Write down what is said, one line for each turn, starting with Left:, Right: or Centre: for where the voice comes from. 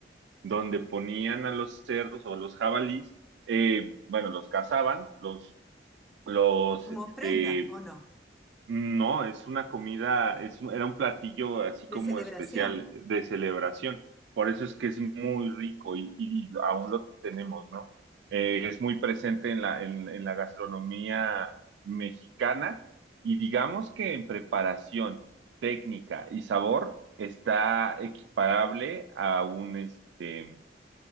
Right: donde ponían a los cerdos o a los jabalís, eh, bueno, los cazaban, los, los,
Centre: como
Right: este,
Centre: ofrenda, ¿o no?
Right: no, es una comida, es, un- era un platillo así como
Centre: De celebración.
Right: especial de celebración. Por eso es que es muy rico y, y aún lo tenemos, ¿no? Eh, es muy presente en la, en, en la gastronomía mexicana y digamos que en preparación, técnica y sabor está equiparable a un, este,